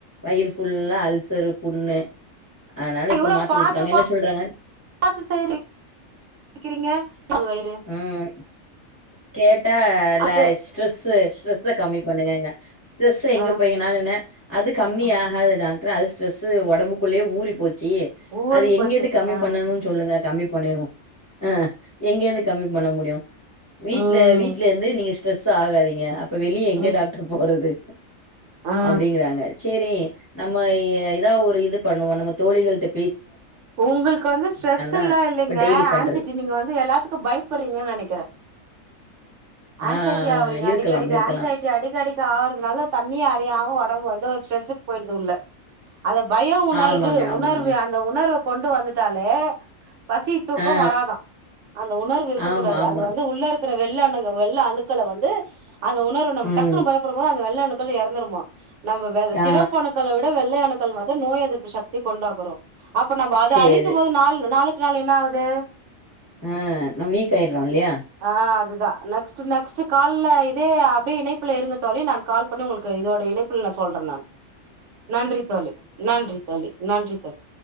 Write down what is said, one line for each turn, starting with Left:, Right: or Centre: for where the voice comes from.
Left: வயிறு ஃபுல்லா அல்சரு புண்ணு அதனால இப்ப
Right: இவ்ளோ
Left: மாத்தி
Right: பாத்து
Left: குடுத்துருக்காங்க என்ன சொல்றாங்க
Right: பாத்து செய்றீ க்கிறீங்க அது வயிறு
Left: உம் கேட்டா இல்ல
Right: அக்கு
Left: ஸ்ட்ரெஸு ஸ்ட்ரெஸ கம்மி பண்ணுங்கங்க ஸ்ட்ரெஸ எங்க
Right: ஆ
Left: போய் நா சொன்னே அது கம்மிய
Right: ஆ
Left: ஆகாது டாக்டரு அது ஸ்ட்ரெஸ் ஒடம்புக்குள்ளேயே ஊறி போய்ச்சி
Right: ஊறி
Left: அத
Right: போச்சு
Left: எங்கிருந்து கம்மி
Right: ஆ
Left: பண்ணனு சொல்லுங்க கம்மி பண்ணிருவோ ஆ எங்கேருந்து கம்மி பண்ண முடியு வீட்ல
Right: ம்
Left: வீட்ல இருந்து நீங்க ஸ்ட்ரெஸ் ஆகாதீங்க அப்ப வெளிய எங்க
Right: ம்
Left: டாக்ரு போறது
Right: ஆ
Left: அப்டிங்குறாங்க சேரி நம்ம எதா ஒரு இது பண்ணுவோ நம்ம தோழிகள்ட
Right: உங்களுக்கு வந்து ஸ்ட்ரெஸ்
Left: தான்
Right: எல்லா இல்லங்க
Left: இப்ப டெய்லி பண்றது.
Right: ஆன்சிட்டி நீங்க வந்து எல்லாத்துக்கு பய ப்புறங்கன் நெனக்குறே ஆன்சைட்டி
Left: ஆ ஆ ஆ.
Right: ஆவறீங்க
Left: இருக்கலாம்,
Right: அடிக்க அடிக்கு
Left: இருக்கலாம்.
Right: ஆன்சைட்டி அடிக்க அடிக்க ஆகுறதுனால தன்னை அறியாம ஒடம்பு வந்து ஒரு ஸ்ரெஸ்ஸுக்கு போயிடுது உள்ள அந்த பய உணர்வு
Left: ஆமாங்க, ஆமாங்க.
Right: உணர்வு அந்த உணர்வை கொண்டு வந்துட்டாலே பசி தூக்கம்
Left: ஆ
Right: வராதா அந்த உணர்வு இருக்கக்க
Left: ஆமா,
Right: கூடாது
Left: ஆமா.
Right: அது வந்து உள்ள இருக்குற வெள்ள அணுக் வெள்ள அணுக்கள வந்து அந்த உணர்வு நம்ம
Left: ம்.
Right: டக்குன்னு பயப்படும்போது அந்த வெள்ள அணுக்கள் எறந்துருமா நம்ம வெ
Left: ஆ
Right: சிப்பணுக்கள விட வெள்ளையணுக்கள் வந்து நோய் எதிர்ப்பு சக்திய கொண்டாக்குறோ அப்ப நம்ம அது
Left: சரி.
Right: அழிக்கும் போது நாள் நாளுக்கு நாள் என்ன ஆகுது
Left: ஆ நம் வீக் ஆயிறோ இல்லையா
Right: ஆ அதுதா நெக்ஸ்ட்டு நெக்ஸ்ட்டு கால்ல இதே அப்டியே இணைப்பில இருங்க தோழி நான் கால் பண்ணி உங்களுக்கு இதோட இணைப்பில் நா சொல்றே நானு நன்றி தோழி நன்றி தோழி நன்றி தோழி